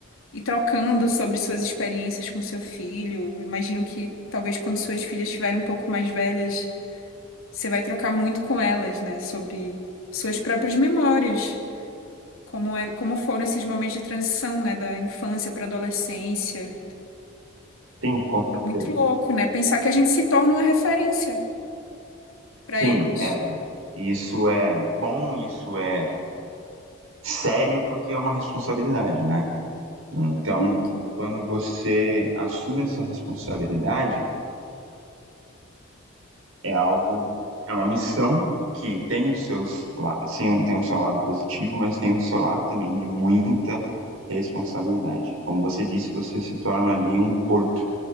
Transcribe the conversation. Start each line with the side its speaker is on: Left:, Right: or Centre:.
Left: e trocando sobre suas experiências com seu filho. Eu Imagino que talvez quando suas filhas estiverem um pouco mais velhas. Você vai trocar muito com elas, né, sobre suas próprias memórias, como é, como foram esses momentos de transição, né, da infância para adolescência.
Right: Sim, com
Left: É Muito
Right: certeza.
Left: louco, né? Pensar que a gente se torna uma referência para
Right: Sim,
Left: eles.
Right: é. Isso é bom, isso é sério, porque é uma responsabilidade, né? Então,
Left: Muito.
Right: quando você assume essa responsabilidade, é algo, é uma missão que tem os seus, la- sim, tem o seu lado positivo, mas tem o seu lado também de muita responsabilidade. Como você disse, você se torna ali um porto,